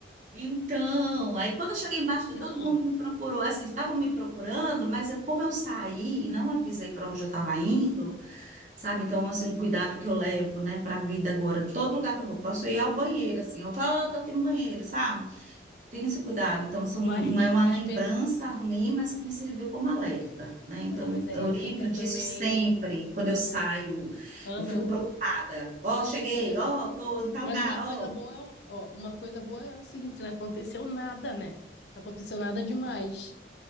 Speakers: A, on the right; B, on the left.
A: Então, aí quando eu cheguei embaixo, que
B: Não,
A: todo mundo me procurou, assim, estavam me procurando, mas eu, como eu saí e não avisei para onde eu estava indo, sabe? Então, assim, um cuidado que eu levo, né, para a vida agora. Todo lugar que eu vou, posso ir ao banheiro, assim, eu falo, ah, tô aqui no banheiro, sabe? Tenho esse cuidado. Então, são, não
B: mas,
A: é uma
B: mas
A: lembrança
B: pensa.
A: ruim, mas que me serviu como alerta, né? Então,
B: Não, mas aí
A: eu
B: fica
A: lembro disso
B: também.
A: sempre, quando eu saio,
B: Aham.
A: eu fico preocupada. Ó, cheguei,
B: né
A: ó, tô em tal
B: Mas
A: lugar,
B: uma
A: ó.
B: coisa boa é, uma- ó, uma coisa boa é o seguinte, não aconteceu nada, né? Não aconteceu nada demais.